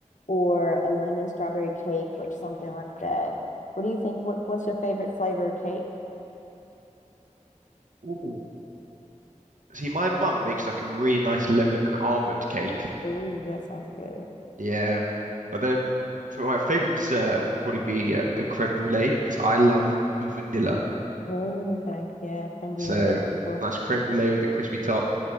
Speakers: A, on the left; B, on the right.
A: or a lemon strawberry cake or something like that. What do you think? What what's your favorite flavor of cake?
B: Ooh. See, my mum makes like a really nice lemon and almond cake,
A: Ooh, that sounds good.
B: Yeah. But then for my favorite dessert would probably be a, a creme brulee because I love vanilla.
A: Oh, okay. Yeah, creme brulee
B: So
A: is beautiful.
B: nice creme brulee with a crispy top.